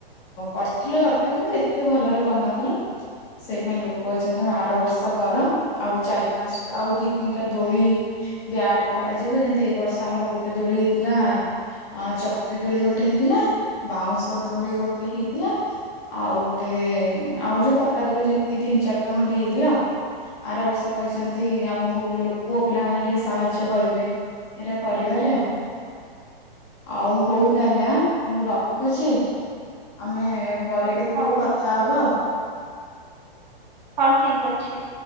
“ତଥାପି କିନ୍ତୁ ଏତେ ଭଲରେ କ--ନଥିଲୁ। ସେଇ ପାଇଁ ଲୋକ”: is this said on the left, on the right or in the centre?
Left